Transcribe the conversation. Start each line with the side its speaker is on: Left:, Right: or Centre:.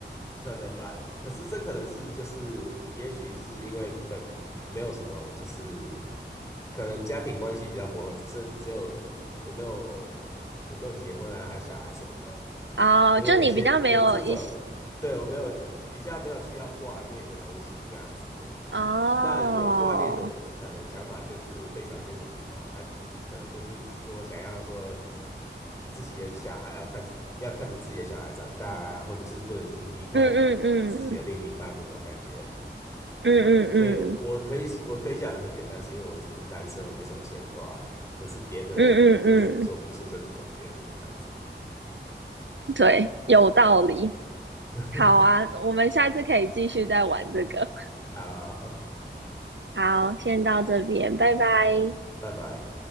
Left: 可能吧。可是这可能是就是，也许是因为本没有什么，就是可能家庭关系比较薄弱，只是只有我没有我没有结婚啊，还有小孩什么的。
Right: 哦，
Left: 因为有些有这种，
Right: 就你比较没有一些
Left: 对，我没有比较没有需要挂念的东西这样子。
Right: 哦，
Left: 那有观念的人，可能想法就是非常非常不同。他就可能就是说，想要说自己的小孩要看要看着自己的小孩长大啊，或者是不忍心离开
Right: 嗯嗯嗯
Left: 自己的另一半这种感觉。
Right: 嗯嗯嗯
Left: 所以我，我可以我可以讲的很简单，是因为我只是单身，我没什么牵挂。可是别的人可能就是做不出这种决定，
Right: 嗯嗯嗯，
Left: 这样子。
Right: 对，有道理。
Left: <laughs>
Right: 好啊，我们下次可以继续再玩这个。
Left: 好好好，
Right: 好，先到这边，拜拜。
Left: 拜拜。